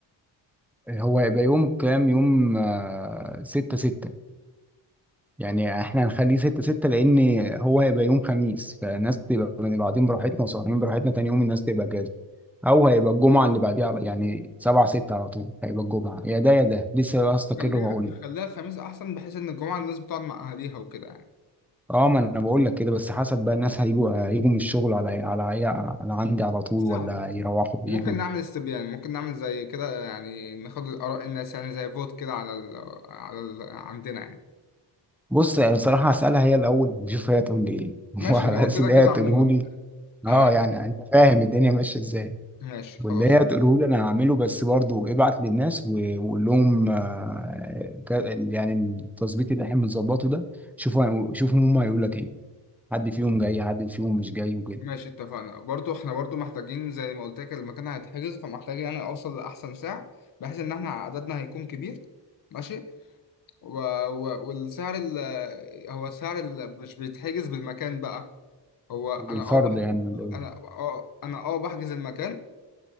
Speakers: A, in the centre; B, on the left.
A: هو هيبقى يوم كام يوم آه، ستة ستة يعني احنا هنخليه ستة ستة لان هو هيبقى يوم خميس فالناس تبقى من بعدين براحتنا وسهرانين براحتنا تاني يوم الناس تبقى جاهزة او هيبقى الجمعه اللي بعديها على- يعني 7 6 على طول هيبقى الجمعه يا ده يا ده لسه هستقر
B: خليها
A: وهقول
B: خليها
A: لك
B: الخميس أحسن بحيث إن الجمعة الناس بتقعد مع أهاليها وكده يعني
A: اه ما انا بقول لك كده بس حسب بقى الناس هيجوا هيجوا من الشغل على على على عندي على طول ولا
B: صعب
A: هيروحوا يجوا
B: ممكن نعمل استبيان ممكن نعمل زي كده يعني ناخد آراء الناس يعني زي فوت كده على ال على ال عندنا يعني
A: بص انا صراحه هسالها هي الاول نشوف هي تقول لي ايه <laughs>
B: ماشي
A: وعلى
B: هو
A: اساس
B: كده
A: ان
B: كده
A: هي تقوله
B: عموما
A: لي اه
B: أنا كده
A: يعني انت فاهم الدنيا ماشيه ازاي
B: ماشي
A: واللي
B: خلاص
A: هي تقوله لي انا هعمله بس برضو ابعت للناس و- وقول لهم آه، ك- يعني التظبيط اللي احنا بنظبطه ده شوفوا شوفوا هم هيقول لك ايه حد فيهم جاي حد فيهم مش جاي وكده
B: ماشي اتفقنا برضو احنا برضو محتاجين زي ما قلت لك المكان هيتحجز فمحتاجين يعني اوصل لاحسن سعر بحيث ان احنا عددنا هيكون كبير ماشي و... و... والسعر ال... هو سعر ال... مش بيتحجز بالمكان بقى هو انا
A: بالفرد
B: اه بحجز
A: يعني ولا إيه؟
B: انا اه انا اه بحجز المكان